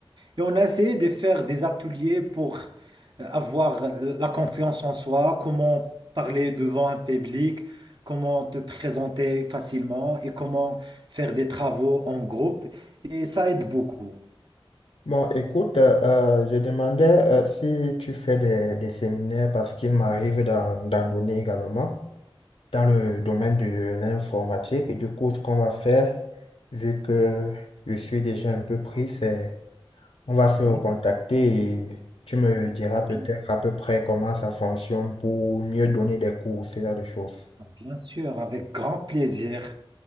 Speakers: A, on the right; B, on the left.
A: et on a essayé de faire des ateliers pour euh, avoir la confiance en soi, comment parler devant un public, comment te présenter facilement et comment faire des travaux en groupe. Et ça aide beaucoup.
B: Bon, écoute, euh, euh, je demandais euh, si tu fais des, des séminaires parce qu'il m'arrive d'en d'en donner également dans le domaine de l'informatique. Et du coup, ce qu'on va faire, vu que je suis déjà un peu pris, c'est on va se
A: Oui,
B: recontacter et tu me diras
A: ah bien,
B: peut-être à peu près comment ça fonctionne pour mieux donner des cours, ce genre de choses.
A: ah bien sûr, avec grand plaisir.